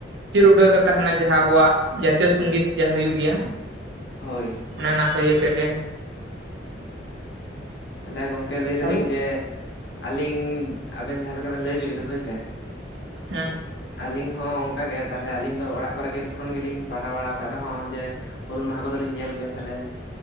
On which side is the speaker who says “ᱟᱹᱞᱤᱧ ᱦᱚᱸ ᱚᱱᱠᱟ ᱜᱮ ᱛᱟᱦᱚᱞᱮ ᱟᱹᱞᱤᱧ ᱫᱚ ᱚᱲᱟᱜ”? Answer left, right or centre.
Left